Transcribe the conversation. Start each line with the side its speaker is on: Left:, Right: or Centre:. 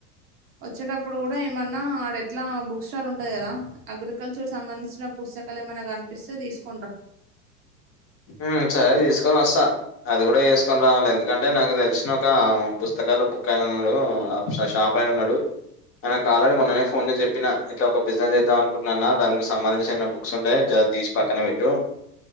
Right: వచ్చేటప్పుడు కూడా ఏమన్ న్నా ఆడ ఎట్లా బుక్ స్టాల్ ఉంటది కదా అగ్రికల్చర్ సంబంధించిన పుస్తకాలు ఏమైనా కనిపిస్తే తీసుకోనిరా
Left: ఉమ్ సరే తీసుకొనోస్తా అది కూడా చేసుకొని రావాలి ఎందుకంటే నాకు తెలిసిన ఒక పుస్తకాల బుకయిన ఉన్నడు షా షాపైనున్నడు అన్నకాలరేడి మొన్ననే ఫోన్ చేసి చెప్పినా ఇట్లా ఒక బినెసెదాం అకుంటున్నాన్న దానికి సంబంధించిన బుక్స్ ఉంటే జర తీస్ పక్కన పెట్టు